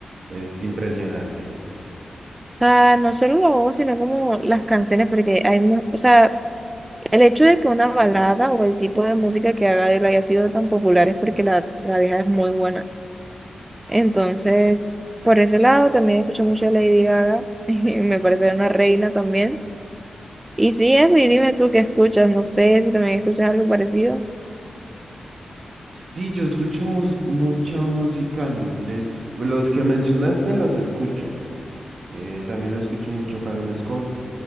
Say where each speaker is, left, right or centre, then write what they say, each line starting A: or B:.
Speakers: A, on the right; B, on the right.
A: es impresionante.
B: sea, no solo la voz, sino como las canciones, porque hay, mu- o sea, el hecho de que una balada o el tipo de música que haga Adele haya sido tan popular es porque la, la vieja es muy buena. Entonces, por ese lado también escucho mucho a Lady Gaga, <laughs> me parece una reina también. Y sí, eso, y dime tú qué escuchas, no sé si también escuchas algo parecido.
A: Sí, yo escucho mus- mucha música en inglés. Los que mencionaste los escucho. Eh, también escucho mucho Carol Scott,